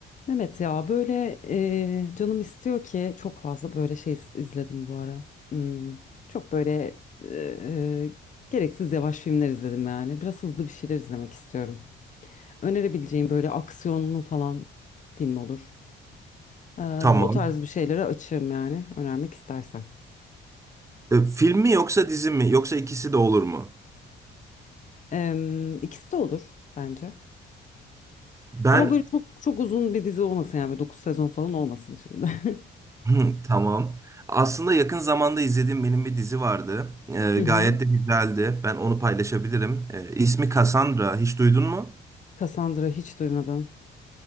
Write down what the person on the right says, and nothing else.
Tamam.
E, film mi yoksa dizi mi? Yoksa ikisi de olur mu?
Ben
<laughs> tamam. Aslında yakın zamanda izlediğim benim bir dizi vardı. E,
gayet
de güzeldi. Ben onu paylaşabilirim. E, ismi Cassandra. Hiç duydun mu?